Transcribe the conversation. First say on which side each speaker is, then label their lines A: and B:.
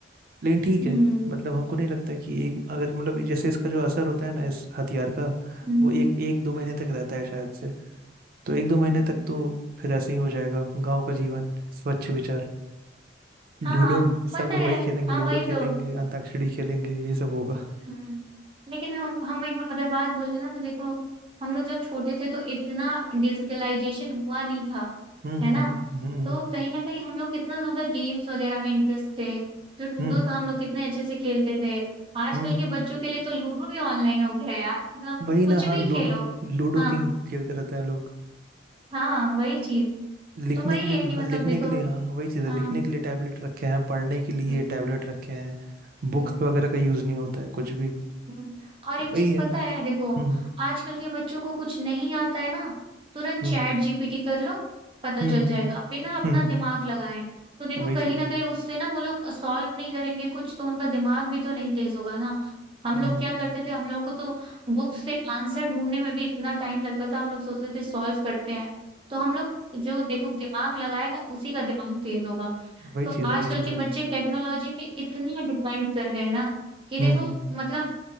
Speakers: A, on the right; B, on the right.
A: लेकिन ठीक
B: हम्म
A: है मतलब हमको नहीं लगता है कि एक अगर मतलब जैसे इसका जो असर होता है ना इस हथियार का
B: हम्म
A: वो
B: हम्म
A: एक एक दो महीने
B: हम्म,
A: तक रहता है शायद से तो एक दो महीने तक
B: हम्म।
A: तो फिर ऐसे ही हो जाएगा गांव का जीवन स्वच्छ विचार लूडो
B: हाँ पता
A: सब लोग
B: है
A: वही खेलेंगे
B: हाँ
A: लूडो
B: वही
A: खेलेंगे
B: तो
A: अंताक्षरी खेलेंगे यही सब होगा
B: हम्म लेकिन हम हम एक बार अगर बात बोले ना तो देखो हम लोग जब छोटे थे तो इतना डिजिटलाइजेशन हुआ नहीं था
A: हम्म
B: है
A: हम्म
B: ना
A: हम्म
B: तो कहीं ना कहीं हम लोग कितना ज्यादा गेम्स वगैरह में इंटरेस्ट थे जो लूडो
A: हम्म
B: तो हम लोग कितने अच्छे से खेलते थे आजकल
A: हम्म।
B: के बच्चों के लिए तो लूडो भी ऑनलाइन हो गया है यार मतलब
A: वही
B: कुछ
A: ना हाँ
B: भी
A: लूडो
B: खेलो
A: लूडो
B: हाँ
A: किंग खेलते रहते हैं लोग
B: हाँ वही चीज
A: लिखने
B: तो वही
A: के लिए
B: है कि
A: हाँ
B: मतलब
A: लिखने
B: देखो
A: के लिए हाँ वही चीज़ है
B: हाँ
A: लिखने के लिए टैबलेट रखे हैं पढ़ने के लिए
B: हम्म,
A: टैबलेट रखे हैं बुक्स
B: हम्म।
A: वगैरह का यूज नहीं होता है कुछ भी
B: हम्म, और
A: वही
B: एक चीज
A: है
B: पता है देखो
A: हम्म
B: आजकल के बच्चों को कुछ नहीं आता है ना तुरंत
A: हम्म
B: चैट जीपीटी कर लो पता
A: हम्म
B: चल जाएगा बिना अपना
A: हम्म
B: दिमाग लगाए तो देखो
A: वही
B: कहीं
A: चीज़
B: ना
A: है
B: कहीं उससे ना वो लोग सॉल्व नहीं करेंगे कुछ तो उनका दिमाग भी तो नहीं तेज होगा ना हम
A: हम्म
B: लोग क्या करते थे हम लोग को तो बुक से आंसर ढूंढने में भी इतना टाइम लगता था हम लोग सोचते थे सॉल्व करते हैं तो हम लोग जो देखो दिमाग लगाएगा उसी का दिमाग तेज होगा
A: वही
B: तो
A: चीज़
B: आजकल
A: है वही चीज़
B: के
A: है
B: बच्चे टेक्नोलॉजी पे इतना डिपेंड कर गए हैं ना कि देखो
A: हम्म
B: मतलब